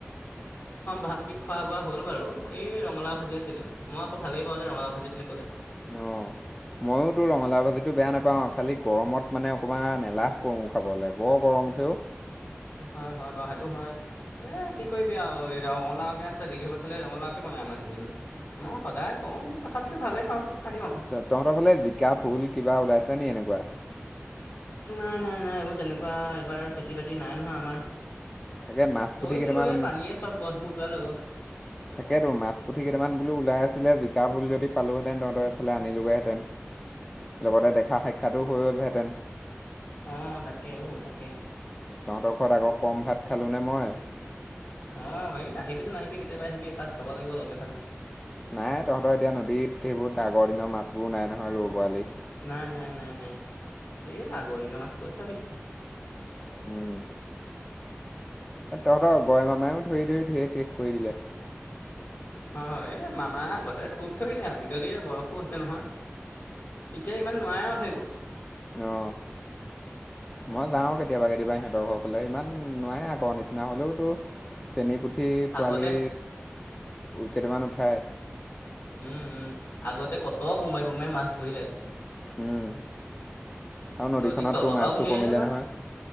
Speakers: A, on the left; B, on the left.
A: উ <unintelligible>
B: ভাত তি খোৱা বোৱা হ'ল বাৰু এই ৰঙালাও ভাজি আছিলে মই আকৌ ভালেই পাওঁ যে ৰঙালা‌ও ভাজি বুলি ক'লে
A: আহ মই তো ৰঙালাও ভাজিটো বেয়া নাপাওঁ, খালি গৰমত মানে অকণমান এলাহ কৰো খাবলৈ বৰ গৰম। মুঠও
B: হয় হয় বাৰু সেইটো হয় এ কি কৰিবি আৰু ৰঙালাওকে আছে দি পঠালে ৰঙালাওকে বনাও মানুহ মই সদায় কওঁ, তথাপিতো ভালে পাওঁ খাই দিওঁ আৰু।
A: ত তহঁতৰ ফালে জিকা ভুল কিবা ওলাইছে নি এনেকুৱা?
B: নাই নাই নাই, তেনেকুৱা এইবাৰ খেতি বাতি নাই নহয় আমাৰ।
A: তাকে মাছ পুঠি
B: কৰিছিলোঁ
A: কেইটামান
B: এই পানীয়ে চব গছবোৰ উটুৱাই লৈ গ'ল।
A: তাকেই টো মাছ পুঠি কেইটামান লো আৰু ওলাই আছিলে জিকা ভুল যদি পালোহেতেন তহঁতৰ এইফাল আনিলোগেহেতেন। লগতে দেখা সাক্ষাটো হৈ গ'লহেঁতেন।
B: অ তাকে তাকে।
A: তহঁতৰ ঘৰত আকৌ কম ভাত খালোঁনে মই
B: অ এই আহিবিচোন আহিবি কেতিয়াবা আহিবি এসাঁজ খাব লাগিব লগে ভাগে।
A: নাই তহঁতৰ এতিয়া নদীত সেইবোৰ আগৰ দিনৰ মাছবোৰ নাই নহয় ৰৌ পোৱালি।
B: নাই নাই নাই নাই এ আগৰ দিনৰ মাছ ক'ত পাবি।
A: উম। তহঁতৰ গয় মামাও ধৰি ধৰি ধেৰ শেষ কৰি দিলে।
B: হয় হয় এ মামা আগতে খুব ধৰিলে আজিকালি বয়সো হৈছে নহয়। এতিয়া ইমান নোৱাৰেও ধৰিব।
A: অ। মই যাও কেতিয়াবা কেতিয়াবা ইহঁতৰ ঘৰ ফালে, ইমান নোৱাৰে আকৌ নিচিনা হলেওতো, চেনী পুঠি পোৱালি
B: আগতে
A: কেইটামান উঠায়।
B: উম উম আগতে কত বোমাই বোমাই মাছ ধৰিলে।
A: উম। আৰু নদীখনততো
B: নদীৰ তলৰ
A: মাছো
B: পৰা উলিয়াই
A: কমিলে
B: আনে মাছ
A: নহয়।